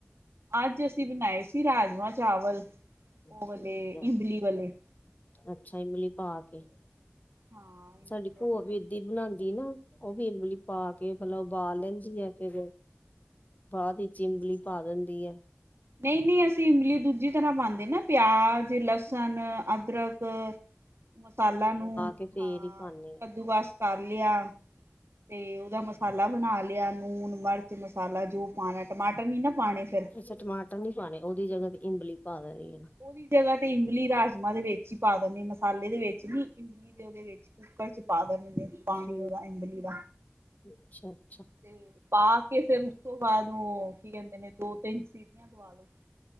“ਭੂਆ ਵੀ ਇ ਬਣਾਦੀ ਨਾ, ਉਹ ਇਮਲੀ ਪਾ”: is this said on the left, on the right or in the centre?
Left